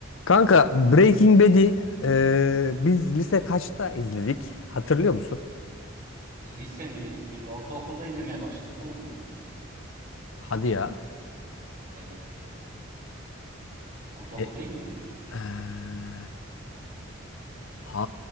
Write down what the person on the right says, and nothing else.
Lise mi? Biz ortaokulda izlemeye başladık oğlum onu.
Evet. Ortaokul
değil mi?